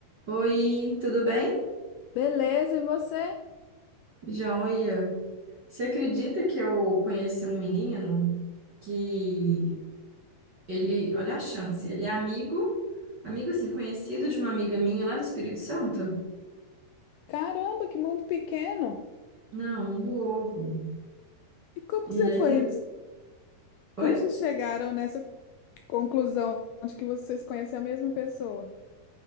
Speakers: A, on the right; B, on the left.
A: Oi, tudo bem?
B: Beleza, e você?
A: Joia. Você acredita que eu conheci um menino que ele, olha a chance, ele é amigo, amigo assim, conhecido de uma amiga minha lá do Espírito Santo?
B: Caramba, que mundo pequeno!
A: Não, não do ovo.
B: E como
A: E
B: que você
A: aí
B: foi?
A: tem, oi?
B: Como vocês chegaram nessa conclusão de que vocês conhecem a mesma pessoa?